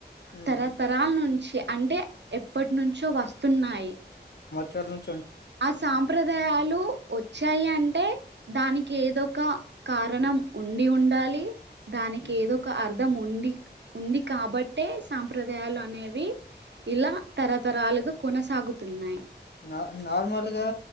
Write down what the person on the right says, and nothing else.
తరతరాల నుంచ్. అంటే ఎప్పటి ను. చో వస్తున్నాయి.
అ సంప్రదాయాలు వొచ్చి. చయి అంటే దానికి ఏదొ ఒక, కారణం ఉండి ఉండాలి. దానికి
ఎదొక అర్ధం ఉం. వీక్ ఉంది కాబట్టే, సాంప్రదయాలు అనేవి. ఇలా తర తరాలు గ కొనసాగుతున్నయి.